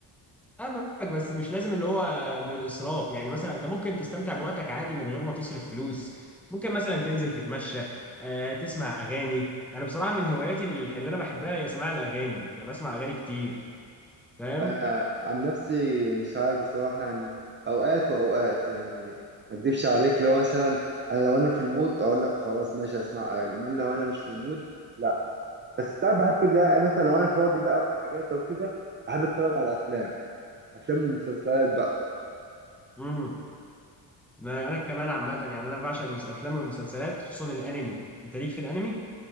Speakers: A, in the centre; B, on the right (about 25°).
A: فاهمك بس مش لازم اللي هو بإسراف يعني مثلا انت ممكن تستمتع بوقتك عادي من غير ما تصرف فلوس ممكن مثلا تنزل تتمشى آه، تسمع أغاني انا بصراحة من هواياتي اللي انا بحبها هي سماع الأغاني انا بسمع أغاني كتير فاهم
B: آه، عن نفسي مش عارف بصراحة يعني أوقات وأوقات يعني ما أكدبش عليك لو مثلا أنا لو أنا في المود أقول لك خلاص ماشي أسمع أغاني أمال لو أنا مش في المود لا بس ساعات بحب لا مثلا لو أنا فاضي بقى وأجازة وكده بحب أتفرج على أفلام أفلام ومسلسلات بقى
A: امم ما- انا كمان عامة يعني انا بعشق المس- الافلام والمسلسلات خصوصا الانمي انت ليك في الانمي